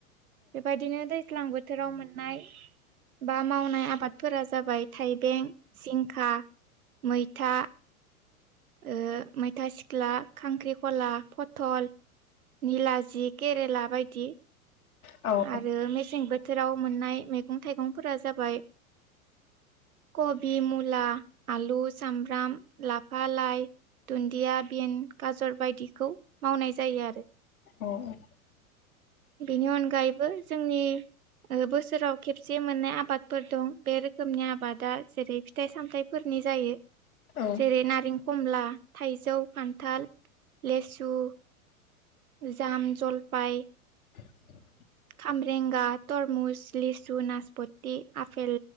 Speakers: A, on the right (about 75°); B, on the left (about 75°).
A: बेबायदिनो दैज्लां बो- थोराव मोननाय बा मावनाय आबादफोरा जाबाय थाइबें, जिंखा, मैथा ओ मैथा सिख्ला, खांख्रिखला, फथल निलाजि, केरेला बायदि
B: औ
A: आरो मेसें बोथोराव मोननाय मैगं-थाइगंफोरा जाबाय कबि, मुला, आलु, सामब्राम, लाफा, लाइ दुन्दिया बिन गाजर बायदिखौ मावनाय जायो आरो।
B: औ औ
A: बेनि अनगायैबो जोंनि ओ बोसोराव खेबसे मोननाय आबादफोर दं बे रोखोमनि आबादा जेरै फिथाइ-सामथाइ- फोरनि जायो।
B: औ
A: जेरै नारें-खमला, थाइजौ, खान्थाल, लेसु जाम, जलपाय
B: <unintelligible>
A: खामबरेंगा तरमुस लिसु नासपथि आफेल